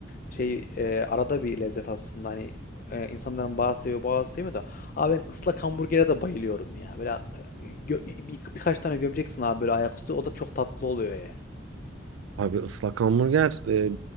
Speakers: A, on the left; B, on the right.
A: şey e, arada bir lezzet aslında. Hani e, insanların bazı seviyor, bazı sevmiyor da. Abi ben ıslak hamburgere de bayılıyorum ya. Böyle e, gö- bir- birkaç tane gömeceksin abi böyle ayaküstü. O da çok tatlı oluyor yani.
B: Abi ıslak hamburger e,